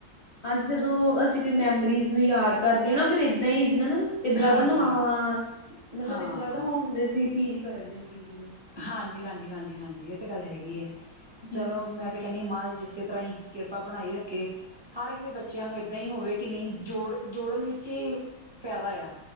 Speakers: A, on the left (about 55°); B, on the right (about 40°).
A: ਹਾਂਜੀ ਜਦੋਂ ਅਸੀਂ ਕੋਈ ਮੈਮਰੀਜ਼ ਨੂੰ ਯਾਦ ਕਰਦੇ ਹਾਂ ਨਾ ਫਿਰ ਇਏਦਾਂ ਹੀ ਜਿੱਦਾਂ ਨਾ ਇੱਧਰ ਲੱਗਦਾ
B: ਹਾਂਜੀ
A: ਹਾਂ ਮਤਲਬ
B: ਹਾਂ
A: ਇੱਧਰ ਲੱਗਦਾ ਹਣ ਅਸੀਂ ਫੀਲ ਕਰ ਚੀਜ਼ ਨੂੰ
B: ਹਾਂਜੀ -ਹਾਂਜੀ -ਹਾਂਜੀ -ਹਾਂਜੀ ਇਹ ਤੇ ਗੱਲ ਹੈਗੀ ਹੈ ਚਲੋ
A: ਹਮ
B: ਮੈਂ ਤੇ ਕੇਨੀ ਮਹਾਰਜ ਇਸੇ ਤਰ੍ਹਾਂ ਹੀ ਕਿਰਪਾ ਬਣਾਈ ਰੱਖੇ ਹਰ ਇੱਕ ਦੇ ਬੱਚਿਆਂ ਨੂੰ ਇਏਦਾਂ ਹੀ ਹੋਵੇ ਕਿ ਨਹੀਂ ਜੋੜ ਜੋੜਨ ਵਿੱਚ ਹੀ ਫਾਇਦਾ ਆ